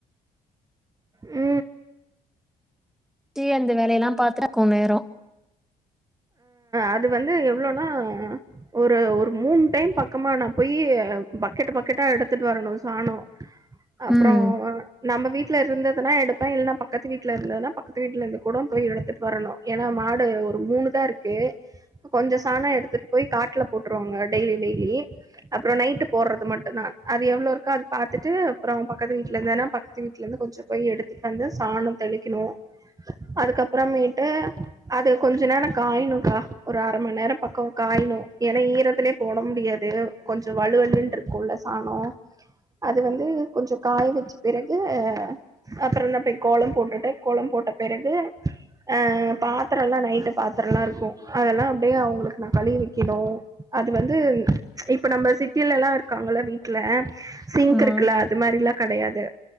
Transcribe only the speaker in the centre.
டி அந்த வேலைலா பாத்துருக்கு நேறோ
ம்.
ஆமா.